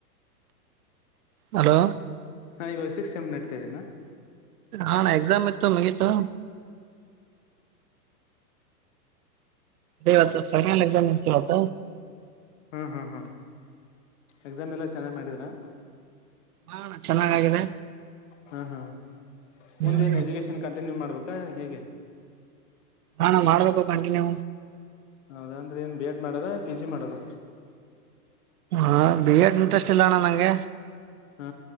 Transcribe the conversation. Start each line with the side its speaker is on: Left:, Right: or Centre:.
Right: ಹಲೋ
Left: ಹಾ ಇವಾಗ ಸಿಕ್ಸ್ ಸೆಮನ್ ನಡ್ತಾ ಇದ್ದೀನಾ
Right: ಹಾ ಎಕ್ಸಾಮ್ ಇತ್ತು ಮಗತ್ತು ದಯವ ಫೈನಲ್ ಎಕ್ಸಾಮ್ ಇರ್ತವತ
Left: ಹ್ಮ್ ಹ್ಮ್ ಹಾ ಎಕ್ಸಾಮ್ ಎಲ್ಲ ಚೆನ್ನಾಗಿ ಮಾಡಿದರಾ
Right: ಹಣ ಚೆನ್ನಾಗಾಗಿದೆ
Left: ಹಾ ಹಾ
Right: ಹ್ಮ್
Left: ಮುಂದೆ ನ್ ಎಜುಗೇಶನ್ ಕ ನೀ ಮಾಡ್ಬೇಕಾ ಹೇಗೆ
Right: ಹಾ ನಾ ಮಾಡಬೇಕು ಕಂಟಿನ್ಯೂ
Left: ಹೌದಾ ಅಂದ್ರೆ ಏನ್ ಬಿ ಎಡ್ ಮಾಡದ ಪಿ ಜಿ ಮಾಡದ
Right: ಹಾ ಬಿ ಎಡ್ ಇಂಟ್ರೆಸ್ಟ್ ಇಲ್ಲ ಅಣ್ಣ ನಂಗೆ
Left: ಹಾ